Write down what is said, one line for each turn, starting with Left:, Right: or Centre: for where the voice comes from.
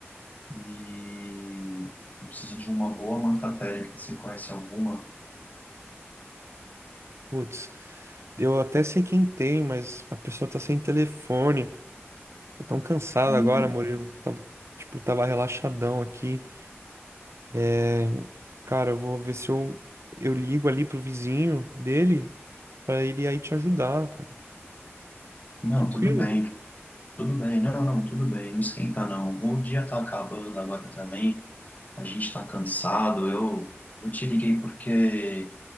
Left: e eu preciso de uma boa manta térmica. Você conhece alguma?
Right: Putz, eu até sei quem tem, mas a pessoa tá sem telefone. Tô tão cansado
Left: Hum,
Right: agora, Murilo. Tava, tipo, tava relaxadão aqui. É, Cara, eu vou ver se eu, eu ligo ali pro vizinho dele pra ele aí te ajudar, cara.
Left: não,
Right: Tranquilo?
Left: tudo bem, tudo bem. Não, não, tudo bem. Não esquenta, não. O dia tá acabando agora também. A gente tá cansado. Eu, eu te liguei porque